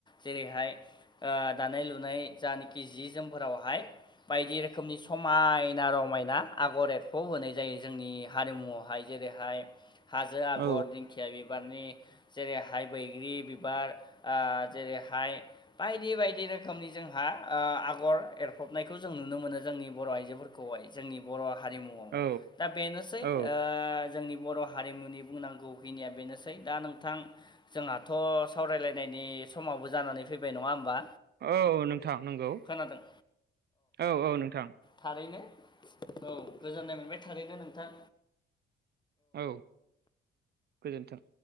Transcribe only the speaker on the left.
जेरैहाय ओ दानाय लुनाय जानेकि जि जोमफोरावहाय बायदि रोखोमनि समायना रम मायना आगर एदखौ होनाय जायो जोंनि हारिमुआवहाय जेरैहाय हाजो आगर
दिंखिया बिबारनि जेरै हाइ बैग्रि बिबार ओ जेरैहाय बायदि बायदि रोखोमनि जोंहा ओ आगर एरफबनायखौ जों नुनो मोनो जोंनि बर' आइजोफोर खौहाय जोंनि बर' हारिमुआव
दा बेनोसै ओ
जोंनि बर' हारिमुनि बुंनांगौखिनिया बेनोसै दा नोंथां जोंहाथ' सावरायलायनायनि समावबो जानानै फैबाय नङा होमबा?
खोनादों
थारैनो औ गोजोननाय मोनबाय थारैनो नोंथां।